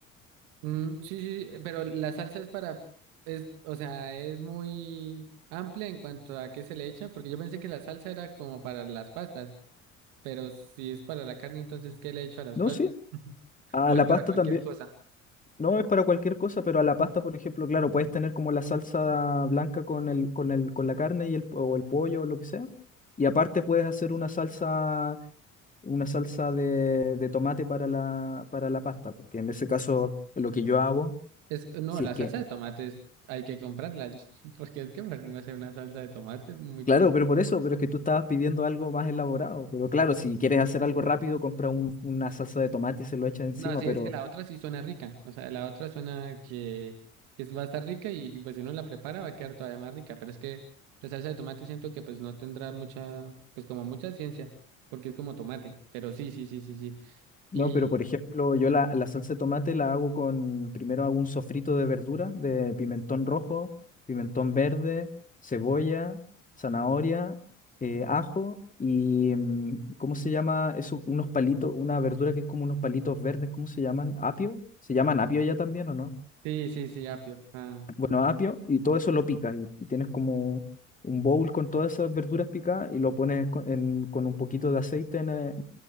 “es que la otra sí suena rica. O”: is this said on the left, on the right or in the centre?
Right